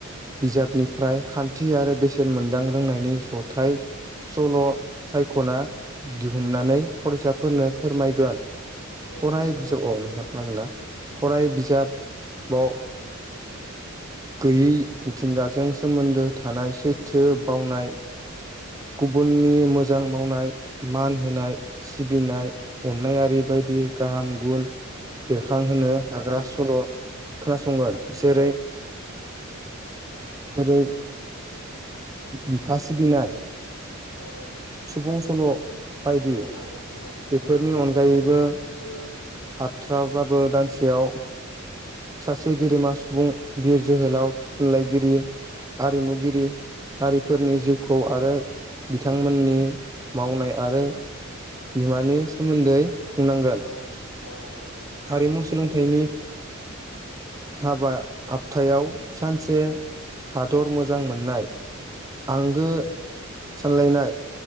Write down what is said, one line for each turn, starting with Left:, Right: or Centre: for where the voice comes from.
Right: बिजाबनिफ्राय खान्थि आरो बेसेन मोनदां रोंनायनि जथाय सल' सायख'ना दिहुननानै फरायसाफोरनो फोरमायगोन। फराय
Left: नंगौ नोंथां
Right: बिजाबआव औ नोंथां खोनादों ना? फराय बिजाबाव गैयै मिथिंगाजों सोमोन्दो थानाय सैथो बावनाय गुबुननि मोजां मावनाय मान होनाय सिबिनाय अननाय आरि बेबायदि गाहाम गुन बेरखांहोनो
Left: औ औ
Right: हाग्रा
Left: नंगौ नोंथां औ नंगौ नोंथां
Right: सल'
Left: औ
Right: खोनासंगोन
Left: थारैनो
Right: जेरै
Left: नंगौ
Right: जेरै बिफा सिबिनाय
Left: औ औ
Right: सुबुं सल' बायदि
Left: औ औ नंगौ नोंथां
Right: बेफोरनि
Left: औ
Right: अनगायैबो
Left: अनगायैबो
Right: हाथाराब्लाबो दानसेयाव सासे गेदेमा सुबुं बिर जोहोलाव थुनलाइगिरि आरिमुगिरि हारिफोरनि जिउखौ आरो बिथांमोननि मावनाय आरो बिमानि सोमोन्दै बुंनांगोन
Left: औ औ औ नंगौ
Right: हारिमु सोलोंथाइनि हाबा हाबथायाव सानसे हादर मोजां मोननाय आंगो सानलायनाय